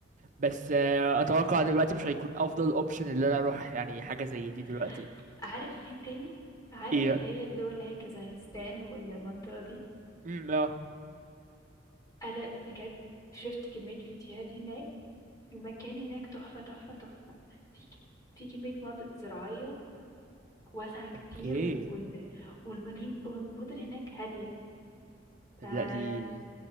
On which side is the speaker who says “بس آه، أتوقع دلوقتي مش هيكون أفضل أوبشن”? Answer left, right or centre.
Right